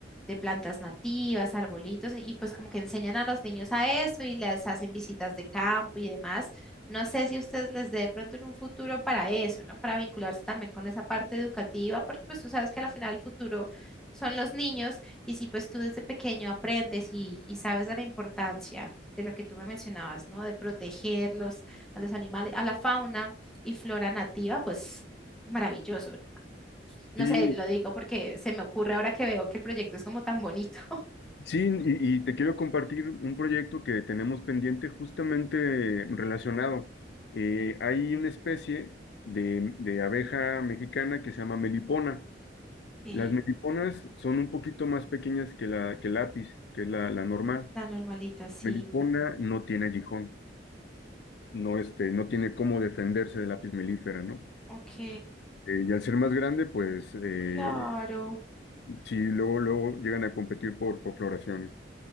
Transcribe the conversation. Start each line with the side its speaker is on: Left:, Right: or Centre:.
Centre: de plantas nativas, arbolitos, y pues como que enseñan a los niños a eso y les hacen visitas de campo y demás. No sé si ustedes les dé de pronto en un futuro para eso, ¿no? Para vincularse también con esa parte educativa, porque pues tú sabes que al final el futuro son los niños y si pues tú desde pequeño aprendes y, y sabes de la importancia de lo que tú me mencionabas, ¿no? De protegerlos a los animales, a la fauna y flora nativa, pues maravilloso. No
Left: Sí,
Centre: sé, lo digo porque se me ocurre ahora que veo que el proyecto es como tan bonito. <laughs>
Left: sí, y, y te quiero compartir un proyecto que tenemos pendiente justamente relacionado. Eh, hay una especie de, de abeja mexicana que se llama melipona.
Centre: Ok,
Left: Las meliponas son un poquito más pequeñas que la que el lápiz, que es la, la normal.
Centre: la normalita, sí.
Left: Melipona no tiene aguijón, no, este, no tiene cómo defenderse del lápiz melífera, ¿no?
Centre: Ok,
Left: Eh, y al ser más grande, pues eh,
Centre: claro.
Left: sí, luego, luego llegan a competir por, por floraciones.